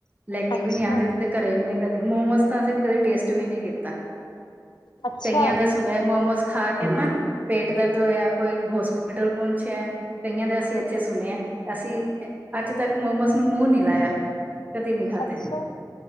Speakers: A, on the right (about 25°); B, on the left (about 85°).
A: ਲੈ ਕੇ
B: ਅੱਛਾ
A: ਵੀ ਨੀ ਆਉਂਦੇ ਤੇ ਘਰੇ ਵੀ ਨੀ ਕਦੇ ਮੋਮੋਸ ਤਾਂ ਅਸੀਂ ਕਦੇ ਟੇਸਟ ਵੀ ਨਹੀਂ ਕੀਤਾ
B: ਅੱਛਾ
A: ਕਈਆਂ ਦਾ ਸੁਣਿਆ ਮੋਮੋਸ ਖਾ ਕੇ ਨਾ ਪੇਟ ਦਰਦ ਹੋਇਆ ਕੋਈ ਹੋਸਪ ਮਟਰਲ ਪੁੰਛ ਹੈ ਕਈਆਂ ਦੇ ਅਸੀਂ ਇੱਥੇ ਸੁਣ ਹੈ ਅਸੀਂ ਅੱਜ ਤੱਕ ਮੋਮੋਸ ਨੂੰ ਮੂੰਹ ਨੀ ਲਾਇਆ ਕਦੀ ਨਹੀਂ ਖਾਦੇ
B: ਅੱਛਾ